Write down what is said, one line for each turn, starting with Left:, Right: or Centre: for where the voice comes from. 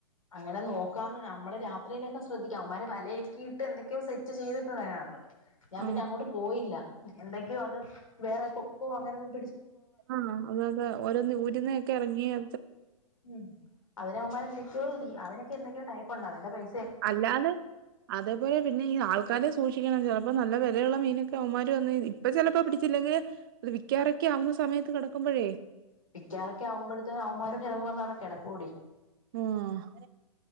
Left: അങ്ങനെ നോക്കാന്ന് നമ്മള് രാത്രിയില് ശ്രദ്ധിക്കാം അവംമാര് വലയെക്കെ ഇട്ട് എന്തൊക്കെയോ സെറ്റ് ചെയ്തിട്ടുളളയാണ് ഞാൻ
Right: ആഹ്
Left: പിന്നെ അങ്ങോട്ട് പോയില്ല എന്തൊക്കയോ അത് വേറെ കൊക്കോ അങ്ങനെന്നും
Right: ആന്നോ അതെ അതെ ഓരോന്ന് ഊരുന്നയക്കെ ഇറങ്ങിയാ
Left: ഉം അതിന് അവന്മാര് എന്തൊക്കെയോ തീ അതിന് അതൊക്കെ എന്തൊക്കെയോ ടൈപ്പ് ഉണ്ട് അതിന്റെ പൈസ്
Right: അല്ലാതെ അതെപോലെ പിന്നെ ഈ ആൾക്കാരെ സൂക്ഷിക്കണം ചില അപ്പൊ നല്ല വിലയുള്ള മീനൊക്കെ അവന്മാര് വന്ന് ഇപ്പ ചിലപ്പ പിടിച്ചില്ലെങ്കില് അത് വിക്കാറൊക്കെ ആവുന്ന സമയത്ത് കിടക്കുമ്പോഴേ
Left: വിക്കാറൊക്കെ ആവുമ്പഴ്ത്തേന് അവന്മാര് ചിലപ്പ വന്ന് അവിടെ കിടക്കുവെടി
Right: ഉം